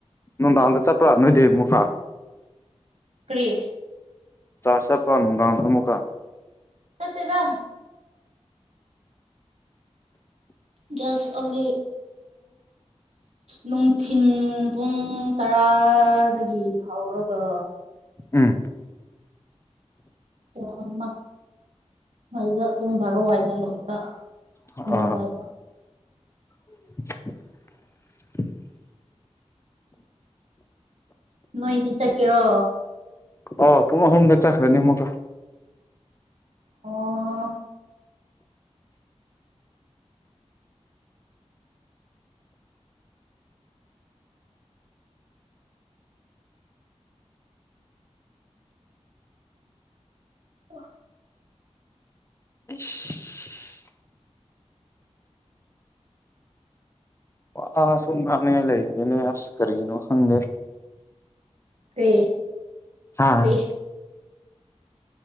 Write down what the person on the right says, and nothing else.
ꯀꯔꯤ
ꯁꯤꯗ
ꯖꯁ ꯑꯂꯤ ꯂꯨꯊꯤꯟꯕꯨꯡ ꯇꯔꯥꯗꯒꯤ ꯍꯧꯔꯒ
ꯑꯣ ꯑꯃ ꯃꯩꯗ ꯄꯨꯡ ꯕꯥꯔꯣꯋꯥꯏꯗ ꯂꯣꯏꯕ
ꯑꯃꯋꯥꯏꯗ
ꯅꯣꯏꯗꯤ ꯆꯠꯀꯦꯔꯣ
ꯑꯣ ꯑꯣ
ꯀꯦ
ꯀꯦ